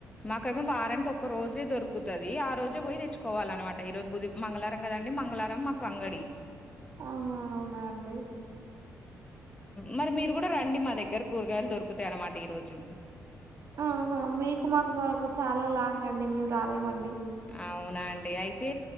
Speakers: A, on the left; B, on the right.
A: మాకేమో వారానికి ఒక రోజే దొరుకుతది ఆ రోజే పోయి తెచ్చుకోవాలన్నమాట ఈరోజు మంగళవారం కదండి మంగళవారం మాకు అంగడి
B: ఆహా అవునా అండి
A: మరి మీరు కూడా రండి మా దగ్గర కూరగాయలు దొరుకుతాయి అన్నమాట ఈరోజు
B: ఆహా మీకు మాకు మరకు చాలా లాంగ్ అండి మేము రాలేమండి
A: అవునాండి అయితే